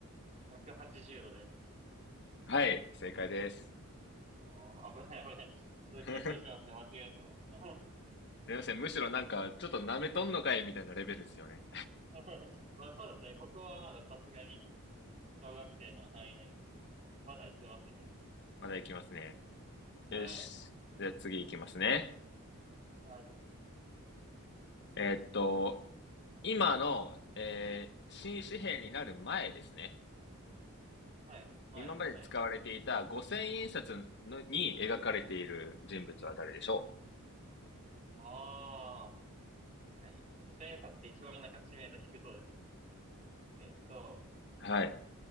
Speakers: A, on the right; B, on the left.
A: 180度です。
B: はい、正解です。
A: ああ、危ない危ない。ちょっと緊張しますね。
B: <laughs> す
A: 間違えそうだね。
B: みません。むしろなんか、ちょっと舐めとんのかいみたいなレベルですよね。
A: <laughs> まあそうですね。ここはまださすがに小学生の範囲内。まだいけますね。
B: まだいきますね。
A: はい。
B: よし。じゃあ次いきますね。
A: はい。
B: えーっと、今の、えー新紙幣になる前ですね。
A: はい。前。
B: 今まで使われていた五0
A: はい。
B: 0 0円札のに描かれている人物は誰でしょ
A: ああ、確かに。五千円札って一番なんか知名度低そうですね。えっと、
B: うはい。